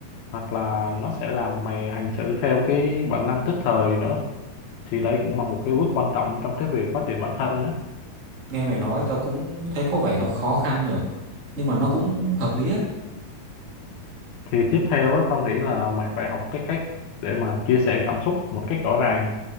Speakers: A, on the left; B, on the right.
A: hoặc là nó sẽ làm mày hành xử theo cái bản năng tức thời nữa thì đây cũng là một cái bước quan trọng trong cái việc phát triển bản thân á
B: nghe mày nói tao cũng thấy có vẻ nó khó khăn nhở nhưng mà nó cũng hợp lý đấy
A: thì tiếp theo á tao nghĩ là mày phải học cái cách để mà chia sẻ cảm xúc một cách rõ ràng